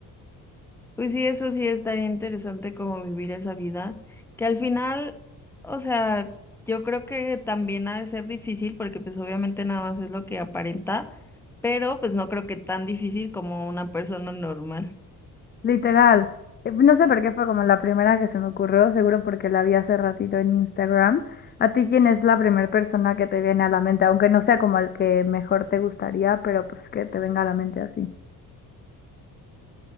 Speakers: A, in the centre; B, on the left.
A: Pues sí, eso sí estaría interesante como vivir esa vida, que al final, o sea, yo creo que también ha de ser difícil porque pues obviamente nada más es lo que aparenta, pero pues no creo que tan difícil como una persona normal.
B: Literal. Eh, No sé por qué fue como la primera que se me ocurrió, seguro porque la vi hace ratito en Instagram. ¿A ti quién es la primera persona que te viene a la mente? Aunque no sea como el que mejor te gustaría, pero pues que te venga a la mente así.